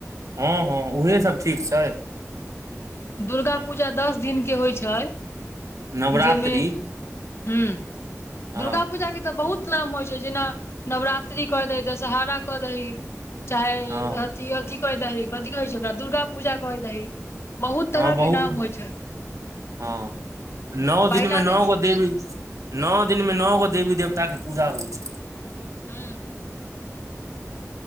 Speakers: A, on the right; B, on the left.
A: हँ हँ उहे सब ठीक छै।
B: दुर्गा पूजा दस दिनके होइत छै।
A: नवरात्रि
B: जेमें ह
A: हँ
B: दुर्गा पूजा। के तऽ बहुत नाम होइ छै जेना नवरात्रि क दै दशहरा क दै। चाहे
A: हँ
B: अथि अथि कै द है कथि कहै छै ओकरा दुर्गा पूजा कै दह है। बहुत तरह
A: हँ
B: के
A: बहुत
B: नाम होइ छै।
A: हँ नओ
B: पहिला
A: दिनमे न
B: दिन से
A: गो देबी। न दिन में न गो देवी देवता के पूजा होइ छै।
B: हँ।